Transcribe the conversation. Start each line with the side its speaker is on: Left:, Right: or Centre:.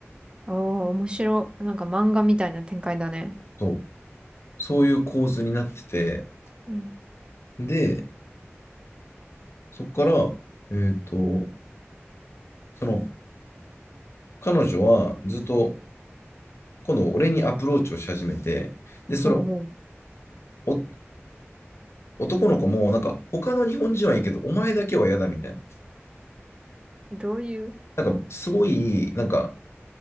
Right: おー、面白い。なんか漫画みたいな展開だね。
Left: そう。そういう構図になってて、
Right: うん。
Left: で、そこから、えっと、その、彼女はずっと、今度俺にアプローチをし始めて、で、それを、
Right: ほうほう。
Left: お男の子も、なんか、他の日本人はいいけど、お前だけは嫌だみたいな。
Right: どういう、
Left: なんか、すごい、なんか、